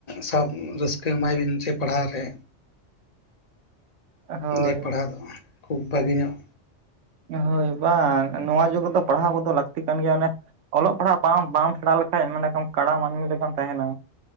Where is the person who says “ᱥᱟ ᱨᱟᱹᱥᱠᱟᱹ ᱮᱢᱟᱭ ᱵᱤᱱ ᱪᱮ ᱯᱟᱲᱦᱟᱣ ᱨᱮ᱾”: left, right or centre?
Left